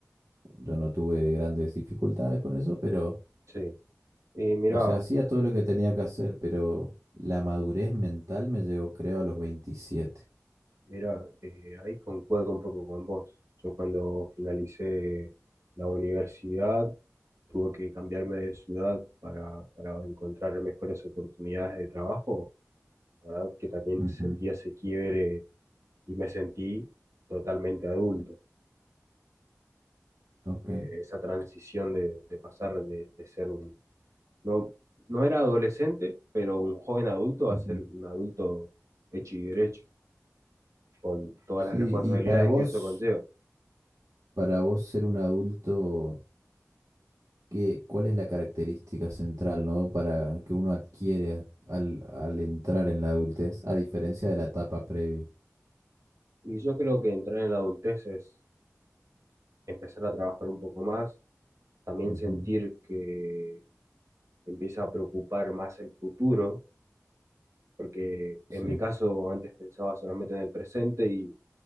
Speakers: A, on the right; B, on the right.
A: yo no tuve grandes dificultades con eso, pero
B: Sí. Y mirá,
A: O sea, hacía todo lo que tenía que hacer, pero la madurez mental me llegó, creo, a los veintisiete.
B: Mira, eh, ahí concuerdo un poco con vos. Yo cuando finalicé la universidad tuve que cambiarme de ciudad para, para encontrar mejores oportunidades de trabajo. La verdad que también
A: Ujú,
B: sentí ese quiebre y me sentí totalmente adulto.
A: Ok.
B: Esa transición de, de pasar de, de ser un... No, no era adolescente, pero un joven adulto
A: ujú.
B: a ser un adulto hecho y derecho, con todas
A: Sí,
B: las responsabilidades
A: y para vos,
B: que eso conlleva.
A: para vos ser un adulto, ¿qué, cuál es la característica central, ¿no? Para que uno adquiere al, al entrar en la adultez, a diferencia de la etapa previa.
B: Y yo creo que entrar en la adultez es empezar a trabajar un poco más, también
A: Ujú,
B: sentir que te empieza a preocupar más el futuro, porque en
A: Sí,
B: mi caso antes pensaba solamente en el presente y,